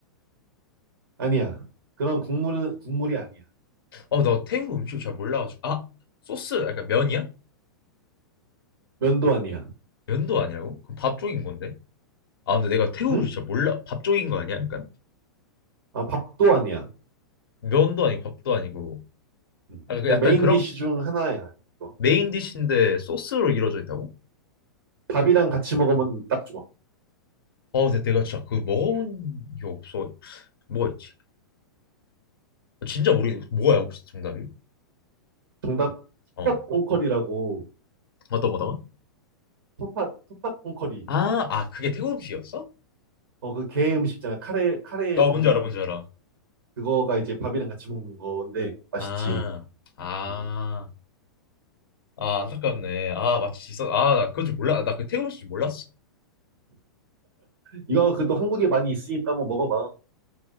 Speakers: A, on the right; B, on the left.
A: 아니야. 그런 국물은, 국물이 아니야.
B: 어 나 태국 음식 잘 몰라가지고 아 소스 약간 면이야?
A: 면도 아니야.
B: 면도 아니라고? 그럼 밥 쪽인 건데? 아 근데 내가 태국
A: 응?
B: 음식 잘 몰라 밥 쪽인 거 아니야? 약간
A: 아, 밥도 아니야.
B: 면도 아니고 밥도 아니고
A: 음.
B: 아, 그
A: 그냥
B: 약간
A: 메인
B: 그런
A: 디쉬 중 하나야, 이거.
B: 메인 디쉬인데 소스로 이루어져 있다고?
A: 밥이랑 같이 먹으면 딱 좋아.
B: 아, 근데 내가 진짜 그거 먹어본 게 없어. 뭐가 있지? 진짜 모르겠네. 뭐야, 혹시 정답이?
A: 정답,
B: 어.
A: 푸팟 퐁커리라고,
B: 어떤 거다?
A: 푸팟, 푸팟 퐁커리.
B: 아, 아, 그게 태국 음식이었어?
A: 어, 그 게 음식 있잖아. 카레, 카레에
B: 나
A: 버무린
B: 뭔지 알아, 뭔지 알아.
A: 그거가 이제 밥이랑 같이 먹는 건데, 맛있지.
B: 아, 아,
A: 음.
B: 아, 안타깝네. 아, 맞치 있어. 아, 나 그건 줄 몰라. 나 그 태국 음식 몰랐어.
A: 이거 그래도 한국에 많이 있으니까 한번 먹어봐.